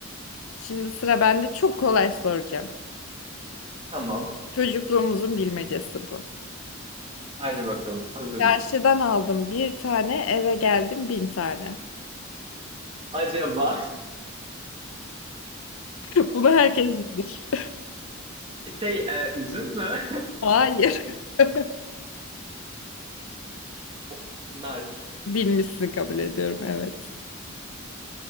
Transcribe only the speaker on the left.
Şimdi sıra bende çok kolay soracağım.
Çocukluğumuzun bilmecesi bu.
Çarşıdan aldım bir tane, eve geldim bin tane.
<laughs> Bunu herkes bilir.
<laughs> Hayır. <laughs>
Bilmişsin kabul ediyorum, evet.